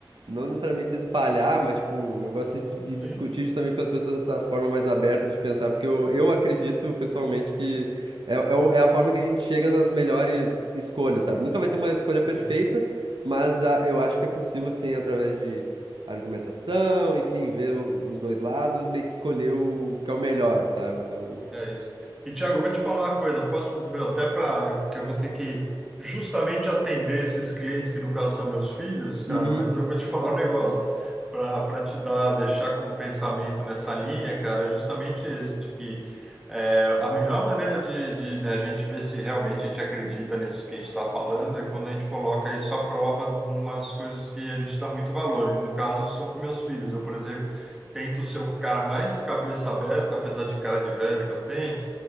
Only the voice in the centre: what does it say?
Sim.
sim.
É isso. E, Thiago, eu vou te falar uma coisa, eu posso, meu, até para, porque eu vou ter que justamente atender esses clientes que no caso são meus filhos, cara,
mas eu vou te falar um negócio para para te dar, deixar com um pensamento nessa linha, cara, é justamente esse, de que é, a melhor maneira de, de, né, a gente ver se realmente a gente acredita nisso que a gente está falando é quando a gente coloca isso à prova em umas coisas que a gente dá muito valor. E no caso são com meus filhos. Eu, por exemplo, tento ser o cara mais cabeça aberta, apesar de cara de velho que eu tenho,